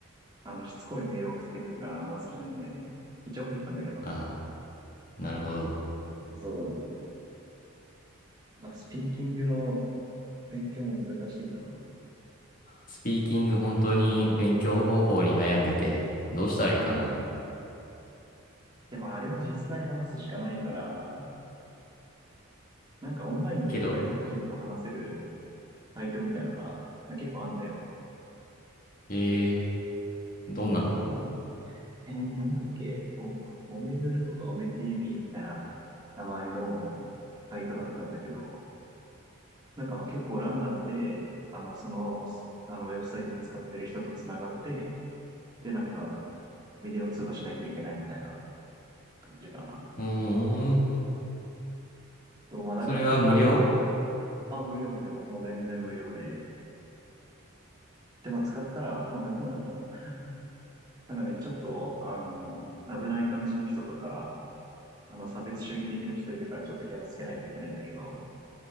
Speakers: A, on the right; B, on the left.
A: あの、しつこいメール送ってくるから、あんま好きじゃないんだよね。一応入ったんだけど。
B: ああ、なるほど。
A: そう。まあ、スピーキングの勉強も難しいよな。
B: スピーキング本当に勉強方法に悩んでて、どうしたらいいかな。
A: うん。でも、あれは実際話すしかないから、なんかオンラインで外国人と話せる
B: けど、
A: サイトみたいのが、結構あんだよ。
B: えー、どんなの
A: 多分、えー、なんだっけ、お、おめぐるとかおめ TV みたいな名前のサイトだったんだけど、なんかまあ結構ランダムで、あの、その、あの、ウェブサイト使ってる人とつながって、で、なんか、ビデオ通話しないといけないみたいな感じかな。
B: うーん、
A: そう、まあだから結構、
B: それは無料
A: あ、無料無料、もう全然無料で。で、まあ使ったら、<laughs> どうなんだろう。なんかね、ちょっと、あの、危ない感じの人とか、あの、差別主義的な人いるからちょっと気をつけないといけないんだけど、